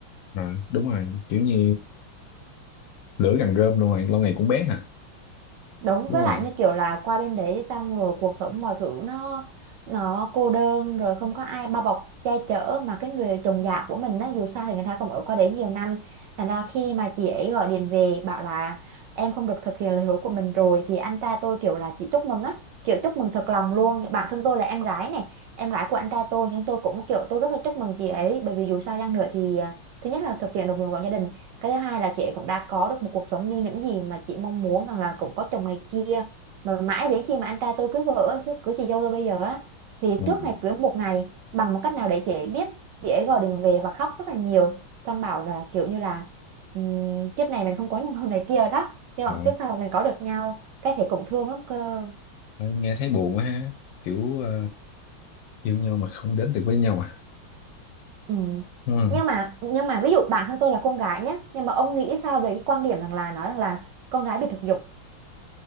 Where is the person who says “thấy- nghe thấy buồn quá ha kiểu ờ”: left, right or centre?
Left